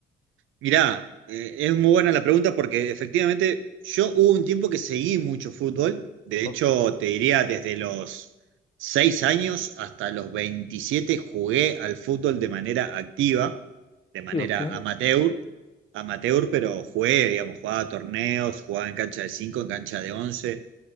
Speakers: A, on the right (about 80°); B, on the left (about 30°).
A: Mirá, eh, es muy buena la pregunta porque efectivamente yo hubo un tiempo que seguí mucho fútbol, de
B: Ok,
A: hecho te diría desde los 6 años hasta los 27 jugué al fútbol de manera activa, de manera
B: Sí, ok.
A: amateur, amateur pero jugué, digamos, jugaba a torneos, jugaba en cancha de 5, en cancha de 11,